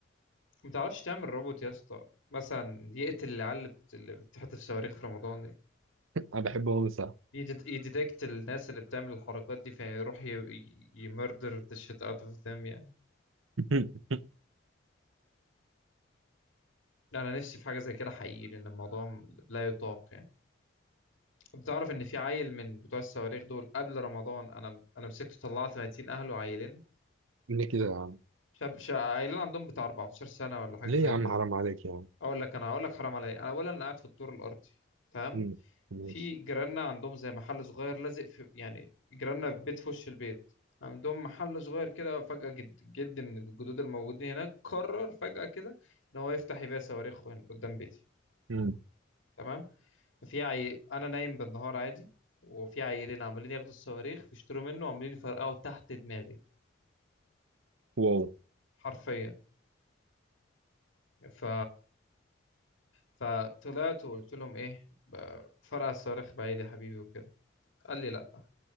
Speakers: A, on the left; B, on the right.
A: ما تعرفش تعمل روبوت يا اسطى مثلا يقتل العيال اللي بت- اللي بتحتف صواريخ في رمضان دي
B: انا بحبه قوي صح
A: يدت- يديتكت الناس اللي بتعمل الحركات دي فيروح يمردر ذا شيت اوت اوف ذم يعني
B: <laughs>
A: لا انا نفسي في حاجة زي كده حقيقي لان الموضوع لا يطاق يعني بتعرف ان في عيل من بتوع الصواريخ دول قبل رمضان انا انا مسكته طلعت 30 اهله عيلين
B: ليه كده يا عم
A: شاب شا- عيلين عندهم بتاع 14 سنة ولا حاجة
B: ليه
A: زي
B: يا عم
A: كده
B: حرام عليك يا عم
A: اقول لك انا هقول لك حرام عليا انا اولا انا قاعد في الدور الارضي تمام
B: مم. ماشي
A: في جيراننا عندهم زي محل صغير لازق في يعني جيراننا في بيت في وش البيت عندهم محل صغير كده فجأة جد جد من الجدود الموجودين هناك قرر فجأة كده ان هو يفتح يبيع صواريخ هنا قدام بيتي
B: مم.
A: تمام ففي عي... انا نايم بالنهار عادي وفي عيلين عمالين ياخدوا الصواريخ بيشتروا منه وعمالين يفرقعوا تحت دماغي
B: واو
A: حرفيا ف فطلعت وقلت لهم ايه ب- فرقع الصواريخ بعيد يا حبيبي وكده قال لي لا.